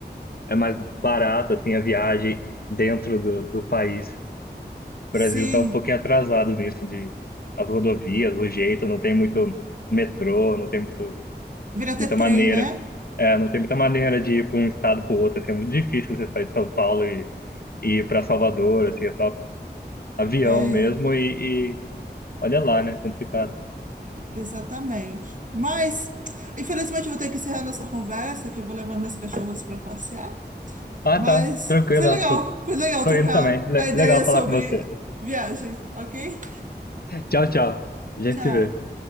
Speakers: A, on the left; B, on the right.
A: é mais barata assim a viagem dentro do, do país. O
B: sim,
A: Brasil está um pouquinho atrasado nisso de as rodovias, o jeito, não tem muito metrô, não tem muito,
B: vira até
A: muita
B: trem,
A: maneira,
B: né?
A: é, não tem muita maneira de ir para um estado para o outro, assim, é muito difícil você sair de São Paulo e, e ir para Salvador, assim, é só avião
B: É,
A: mesmo e, e olha lá, né, complicado.
B: exatamente. Mas, infelizmente, eu vou ter que encerrar nossa conversa, que eu vou levar minhas cachorras para passear.
A: Ah,
B: Mas
A: tá, tranquilo,
B: foi legal,
A: eu tô,
B: foi legal
A: tô
B: trocar
A: indo também. Le-
B: a ideia
A: legal
B: sobre
A: falar com você.
B: viagem, ok?
A: Tchau, tchau. A gente
B: Tchau.
A: se vê.